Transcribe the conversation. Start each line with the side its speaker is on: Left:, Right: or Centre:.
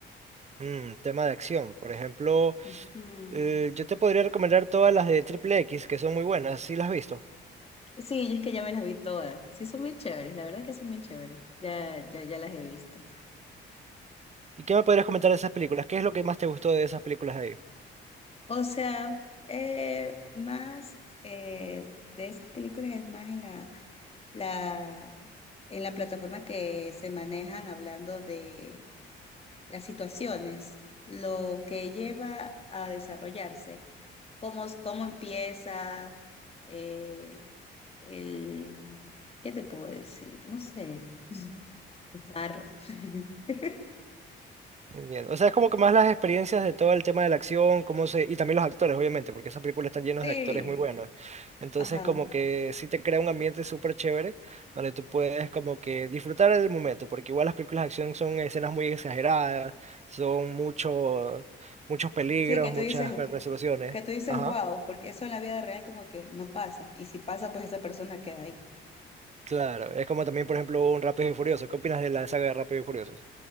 Right: Mm, tema de acción. Por ejemplo,
Left: Ujú.
Right: eh, yo te podría recomendar todas las de Triple X, que son muy buenas, si las has visto.
Left: Sí, y es que ya me las vi todas. Sí, son bien chéveres, la verdad que son bien chéveres. Ya, ya, ya las he visto.
Right: ¿Y qué me podrías comentar de esas películas? ¿Qué es lo que más te gustó de esas películas ahí?
Left: O sea, eh, más eh, de esas películas es más en la, la, en la plataforma que se manejan hablando de las situaciones, lo que lleva a desarrollarse, cómo, cómo empieza, eh, el, ¿qué te puedo decir? No sé, <laughs> los carros. <laughs>
Right: Entiendo. O sea, es como que más las experiencias de todo el tema de la acción, cómo se... y también los actores, obviamente, porque esas películas están llenas
Left: Sí,
Right: de actores muy buenos. Entonces,
Left: ajá.
Right: como que sí te crea un ambiente súper chévere, donde tú puedes como que disfrutar del momento, porque igual las películas de acción son escenas muy exageradas, son mucho, muchos peligros,
Left: Sí, que tú
Right: muchas
Left: dices,
Right: resoluciones.
Left: Que tú dices,
Right: Ajá.
Left: wow, porque eso en la vida real como que no pasa. Y si pasa, pues esa persona queda ahí.
Right: Claro, es como también, por ejemplo, un Rápido y Furioso. ¿Qué opinas de la saga de Rápido y Furiosos?